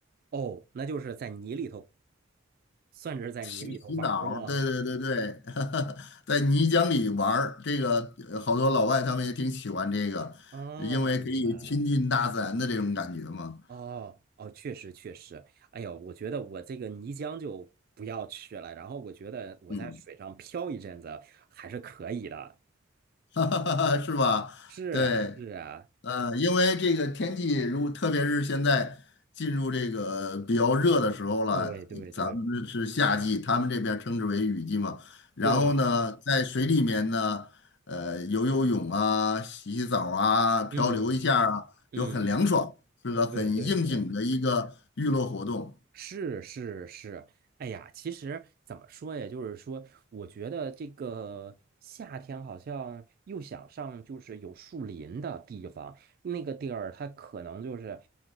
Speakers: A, on the right (about 50°); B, on the left (about 60°).
A: 哦，那就是在泥里头，算是在泥里头玩儿吗？
B: 洗洗澡儿，对对对对，<laughs> 在泥浆里玩儿，这个呃好多老外他们也挺喜欢这个，
A: 哦，
B: 因为可以亲近大自然的这种感觉嘛，
A: 明白了。哦哦，确实确实。哎呦，我觉得我这个泥浆就不要去了。然后我觉得我在水上漂一阵子还是可以的。
B: 嗯，<laughs> 是吧？
A: 是啊是啊，
B: 对。呃，因为这个天气，如果特别是现在进入这个比较热的时候了，
A: 对对对
B: 咱们是夏季，他们这边称之为雨季嘛。然后呢，
A: 对，
B: 在水里面呢，呃，游游泳啊、洗洗澡啊、漂流一下啊，
A: 嗯嗯嗯嗯，
B: 就很凉爽，是个很应景的一个娱乐活动。
A: 对对对。是是是，哎呀，其实怎么说呀？就是说，我觉得这个夏天好像又想上就是有树林的地方，那个地儿它可能就是，